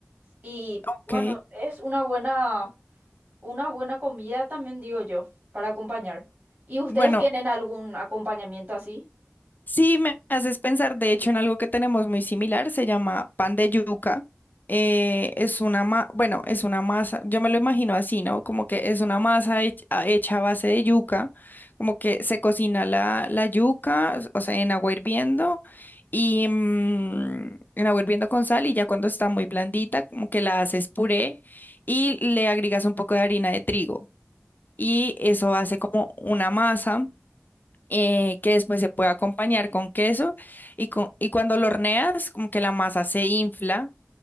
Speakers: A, on the right; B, on the left.
A: Y
B: ok.
A: bueno, es una buena, una buena comida también, digo yo, para acompañar. ¿Y ustedes
B: Bueno,
A: tienen algún acompañamiento así?
B: sí me haces pensar, de hecho, en algo que tenemos muy similar, se llama pan de yuca. Eh, es una ma- bueno, es una masa, yo me lo imagino así, ¿no? Como que es una masa hech- a- hecha, a base de yuca, como que se cocina la, la yuca, o sea, en agua hirviendo y mm, en agua hirviendo con sal y ya cuando está muy blandita, como que la haces puré y le agregas un poco de harina de trigo. y eso hace como una masa eh, que después se puede acompañar con queso y, cu- y cuando lo horneas como que la masa se infla